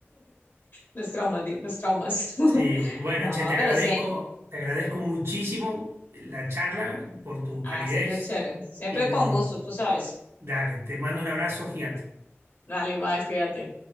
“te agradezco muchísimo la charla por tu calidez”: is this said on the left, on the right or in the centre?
Right